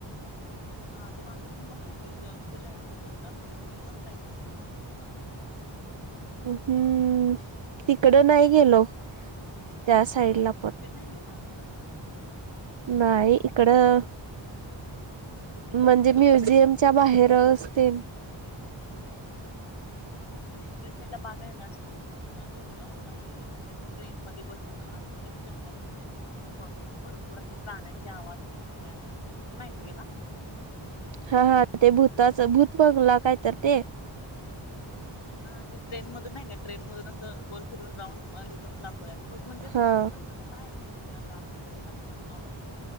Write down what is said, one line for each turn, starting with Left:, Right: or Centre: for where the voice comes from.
Left: हा ते मागे पन मस्त हाय ते पूल आहे बघ झुलता पूल ते मस्ता हाय ते.
Right: हम्म तिकड नाही गेलो त्या साईड ला
Left: तिकडं नाय गेला.
Right: नाई इकडं म्हंजे म्युझियमच्या बाहेरच असते.
Left: हा ते ना इकडच्या साईटला बाग आहे ना अशी. झुलता फुल आहे आणि असं ट्रेन मध्ये बसून आतमध्ये असे जंगलासारखे असे म भरपूर असे प्राण्यांचे आवाज तेन येत्यात तिथं नाही का गेला?
Right: हा. हा. ते भूताच भूत बंगला काय तर ते
Left: हा ते ट्रेन मधून नाय का? ट्रेन मधून असं गोल फिरून राऊंड हे करून दाखवत्यात भूत म्हणजेच
Right: हा
Left: भूताचं हाय म्हणजे सगळं असं आतमधे भूताचं नॉर्मली.